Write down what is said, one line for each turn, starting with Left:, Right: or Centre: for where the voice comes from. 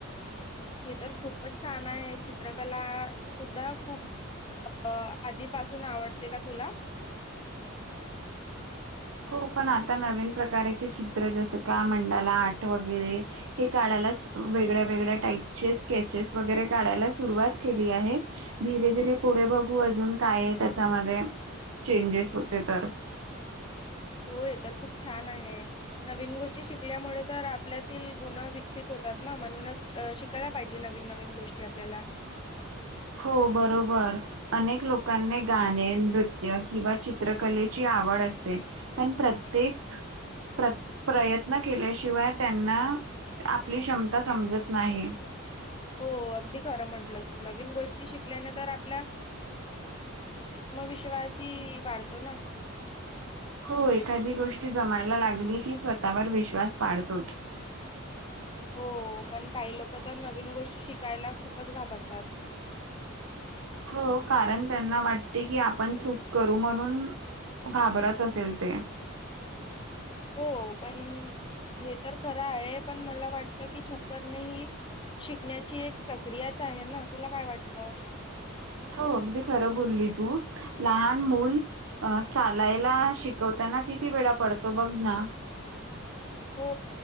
Left: हे तर खूपच छान आहे. चित्रकला सुद्धा खूप अ आधीपासून आवडते का तुला?
Right: होपण आता नवीन प्रकाराचे चित्र जसं का मंडाला आट वगैरे, हे काढायला वेगळ्या वेगळ्या टाईपचे स्केचेस वगैरे काढायला सुरुवात केली आहे. धीरे धीरे पुढे बघू. अजून काय त्याच्यामध्ये चेंजेस होते तर,
Left: होय. तर खूप छान आहे. नवीन गोष्टी शिकल्यामुळे तर आपल्यातील गुण विकसित होतात ना म्हणूनच, अ शि कायला पाहिजे. नवीन नवीन गोष्टी आपल्याला,
Right: हो बरोबर. अनेक लोकांनी गाणे, नृत्य किंवा चित्रकलेची आवड असते. पण प्रत्येक प्र प्रयत्न केल्याशिवाय त्यांना आपली क्षमता समजत नाही.
Left: हो. अगदी खरं म्हंटलं तू. नवीन गोष्टी शिकल्याने तर आपल्या आत्मविश्वासही वाढतो ना.
Right: हो. एखादी गोष्टी जमायला लागली की स्वतःवर विश्वास वाढतोच.
Left: हो पण काही लोक तर नवीन गोष्टी शिकायला खूपच घाबरतात
Right: हो कारण त्यांना वाटते की आपण चूक करू म्हणून घाबरत असेल ते
Left: हो पण हे तर खरं आहे पण मला वाटतं की चुकरणे ही शिकण्याची एक प्रक्रियाच आहे ना तुला काय वाटतं
Right: हो अगदी खर बोलली तू लहान मुल चालायला शिकवताना किती वेळा पडतो बघ ना
Left: हो